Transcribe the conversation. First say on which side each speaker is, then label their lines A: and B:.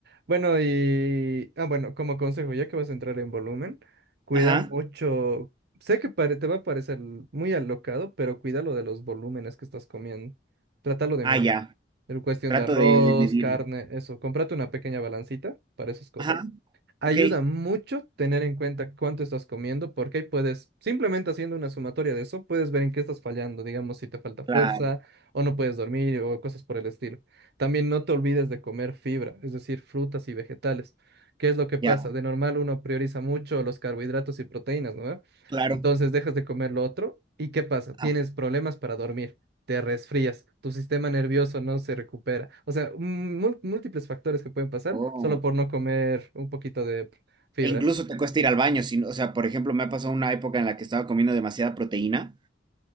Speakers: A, on the right; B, on the right.
A: Bueno, y... Ah, bueno, como consejo, ya que vas a entrar en volumen, cuida
B: Ajá,
A: mucho... Sé que pare- te va a parecer muy alocado, pero cuida lo de los volúmenes que estás comiendo. Trátalo de medir.
B: ah, ya,
A: En cuestión
B: trato
A: de arroz,
B: de, de medir.
A: carne, eso. Cómprate una pequeña balancita para esas cosas.
B: Ajá,
A: Ayuda
B: ok,
A: mucho tener en cuenta cuánto estás comiendo, porque ahí puedes, simplemente haciendo una sumatoria de eso, puedes ver en qué estás fallando, digamos, si te falta fuerza
B: claro,
A: o no puedes dormir o cosas por el estilo. También no te olvides de comer fibra, es decir, frutas y vegetales. ¿Qué es lo que pasa?
B: ya,
A: De normal uno prioriza mucho los carbohidratos y proteínas, ¿no?
B: claro.
A: Entonces dejas de comer lo otro y ¿qué pasa? Tienes
B: Ajá.
A: problemas para dormir, te resfrías, tu sistema nervioso no se recupera. O sea, mú- múltiples factores que pueden pasar
B: Oh.
A: solo por no comer un poquito de fibra.
B: E incluso te cuesta ir al baño, si no- o sea, por ejemplo, me ha pasado una época en la que estaba comiendo demasiada proteína,